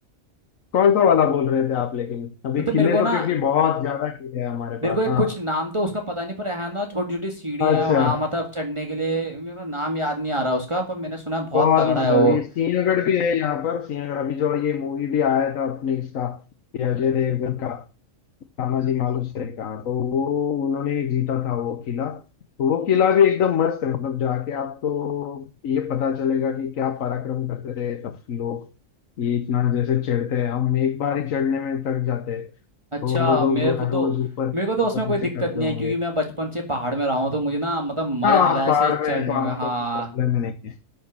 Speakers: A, on the left (about 85°); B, on the right (about 20°).
A: कौन सा वाला बोल रहे थे आप लेकिन अभी
B: मतलब
A: किले
B: मेरे को
A: तो
B: ना
A: क्योंकि बहुत ज्यादा किले हैं हमारे
B: मेरे
A: पास
B: को एक
A: हाँ
B: कुछ नाम तो उसका पता नहीं पर यहाँ ना छोटी छोटी सीढ़ियाँ
A: अच्छा
B: हैं वहाँ मतलब चढ़ने के लिए मेरे को नाम याद नहीं आ रहा उसका पर मैंने सुना है बहुत
A: बहुत
B: तगड़ा
A: मजा
B: है वो
A: भी है। सिंहगढ़ भी है यहाँ पर सिंहगढ़ अभी जो ये मूवी भी आया था अपने इसका ये अजय देवगन का तानाजी मालुसरे का तो वो उन्होंने जीता था वो किला तो वो किला भी एकदम मस्त है मतलब जाके आपको ये पता चलेगा कि क्या पराक्रम करते थे सब लोग ये इतना जैसे चढ़ते हैं हम एक बार ही चढ़ने में थक जाते हैं
B: अच्छा
A: तो वो लोग
B: मेरे को
A: हर
B: तो
A: रोज ऊपर
B: मेरे को तो
A: ऊपर
B: उसमें कोई
A: नीचे
B: दिक्कत
A: करते
B: नहीं
A: होंगे
B: है क्योंकि मैं बचपन से पहाड़ में रहा हूँ तो मुझे ना मतलब मजा
A: हाँ
B: आता
A: आप
B: है
A: पहाड़
B: ऐसे चढ़ने
A: में है तो
B: में
A: आपको
B: हाँ
A: कोई प्रॉब्लम ही नहीं है